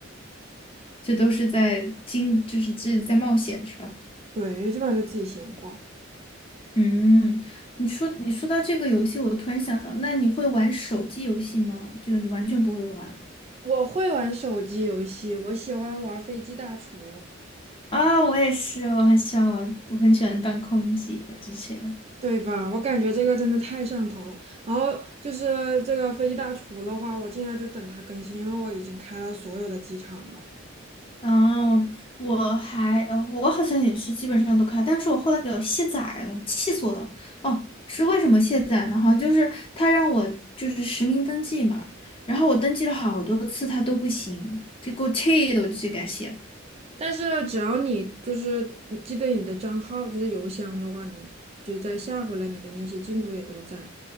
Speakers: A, on the left; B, on the right.
A: 这都是在经，就是这是在冒险是吧？
B: 对，基本上就自己闲逛。
A: 嗯，你说你说到这个游戏，我突然想到，那你会玩手机游戏吗？就你完全不会玩
B: 我会玩手机游戏，我喜欢玩《飞机大厨》。
A: 啊，我也是，我很喜欢玩，我很喜欢当空姐之前。
B: 对吧？我感觉这个真的太上头了。然后就是这个飞机大厨的话，我现在就等它更新，因为我已经开了所有的机场了。
A: 嗯，我还，呃我好像也是基本上都开，但是我后来给我卸载了，气死我了。哦，是为什么卸载呢？好像就是他让我就是实名登记嘛，然后我登记了好多次，他都不行，就给我气的，我就直接给他卸了。
B: 但是只要你就是嗯记得你的账号，就是邮箱的话，你就再下回来，你的那些进度也都在。